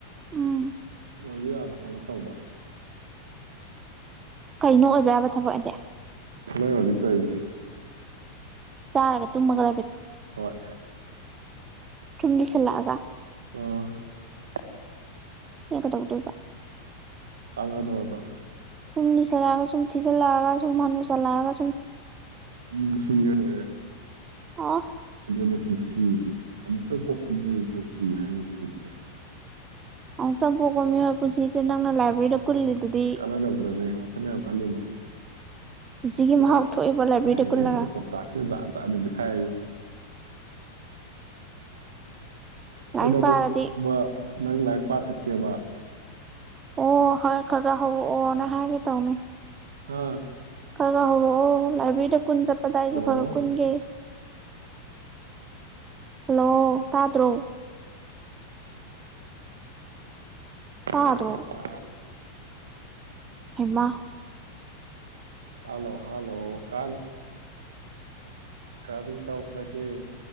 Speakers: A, on the right; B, on the right.
A: ꯎꯝ
B: ꯑꯣꯏꯕ ꯌꯥꯕ ꯊꯕꯛ ꯇꯧꯕ
A: ꯀꯩꯅꯣ ꯑꯣꯏꯕ ꯌꯥꯕ ꯊꯕꯛ ꯑꯗꯤ
B: ꯅꯪ ꯍꯧꯖꯤꯛ ꯇꯧꯔꯤꯁꯦ
A: ꯆꯥꯔꯒ ꯇꯨꯝꯃꯒ
B: ꯍꯣꯏ
A: ꯆꯨꯝ ꯂꯤꯁꯜꯂꯛꯑꯒ
B: ꯑ
A: ꯑꯦ ꯀꯦꯗꯧꯗꯣꯢꯕ
B: ꯀꯥꯟꯅꯕ꯭ꯔꯣ ꯗꯣ
A: ꯁꯨꯝ ꯂꯤꯁꯜꯂꯛꯑꯒ ꯁꯨꯝ ꯊꯤꯖꯜꯂꯛꯑꯒ ꯁꯨꯝ ꯍꯅꯨꯁꯜꯂꯛꯑꯒ
B: ꯎꯝ ꯁꯤꯒ꯭ꯔ ꯂꯣꯏꯔꯦ
A: ꯑꯥ
B: ꯑꯗꯨꯅꯦ ꯄꯨꯟꯁꯤ ꯑꯃꯨꯛꯇꯪ ꯄꯣꯛꯄ ꯃꯤꯑꯣꯏꯕ ꯄꯨꯟꯁꯤ ꯍꯥꯏꯔꯤꯁꯤꯅꯦ
A: ꯑꯃꯨꯛꯇꯪ ꯄꯣꯛꯄ ꯃꯤꯑꯣꯏꯕ ꯄꯨꯁꯤꯁꯦ ꯅꯪꯅ ꯂꯥꯏꯕ꯭ꯔꯦꯔꯤꯗ ꯀꯨꯜꯂꯤꯗꯨꯗꯤ
B: ꯀꯥꯟꯅꯗꯕꯗ ꯅꯦ ꯋꯥꯈꯟ ꯌꯥꯝ ꯈꯜꯂꯨꯅꯨ
A: ꯄꯨꯟꯁꯤꯒꯤ
B: ꯁꯦꯁ
A: ꯃꯍꯥꯎ ꯊꯣꯛꯑꯦꯕ ꯂꯥꯏꯕ꯭ꯔꯦꯔꯤꯗ
B: ꯅꯩꯔꯦꯍꯦ
A: ꯀꯨꯜꯂꯒ
B: ꯄꯥꯎꯇꯥꯛꯁꯦ ꯖꯥꯠ ꯖꯥꯠꯅꯤ ꯂꯤꯈꯥꯏꯔꯤꯖ
A: ꯂꯥꯏꯔꯤꯛ
B: ꯀꯩꯅꯣꯕꯨ
A: ꯄꯥꯔꯗꯤ
B: ꯃꯥ ꯅꯪ ꯂꯥꯏꯔꯤꯛ ꯄꯥꯁ ꯀꯦꯕ
A: ꯑꯣ ꯍꯣꯏ ꯈꯒꯥ ꯍꯧꯔꯛ ꯑꯣꯅ ꯍꯥꯏꯒꯦ ꯇꯧꯅꯤ
B: ꯍꯥꯥ
A: ꯈꯔ ꯍꯧꯔꯛꯑꯣ ꯂꯥꯏꯕ꯭ꯔꯦꯔꯤꯗ ꯀꯨꯟ ꯆꯠ ꯀꯗꯥꯏꯗ
B: ꯍꯜꯂꯣ
A: ꯖꯨꯒꯥ ꯀꯨꯟꯒꯦ ꯍꯜꯂꯣ ꯇꯥꯗ꯭ꯔꯣ ꯇꯥꯗ꯭ꯔꯣ
B: ꯍꯜꯂꯣꯚꯩꯌꯥ
A: ꯍꯩꯃꯥ
B: ꯍꯜꯂꯣ ꯍꯜꯂꯣ ꯀꯜ ꯀꯗꯤ ꯇꯧꯈ꯭ꯔꯒꯦ